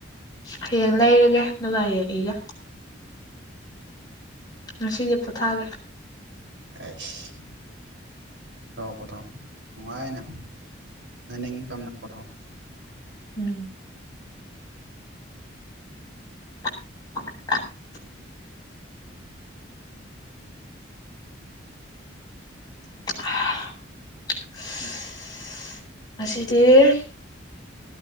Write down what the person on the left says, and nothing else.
ꯍꯌꯦꯡ ꯂꯩꯔꯒꯦ ꯗꯨꯒ ꯍꯌꯦꯡ ꯏꯒꯦ ꯉꯁꯤꯗꯤ ꯄꯣꯊꯒꯦ
ꯎꯝ <inaudible> ꯍꯥ ꯏꯁ ꯉꯁꯤꯗꯤ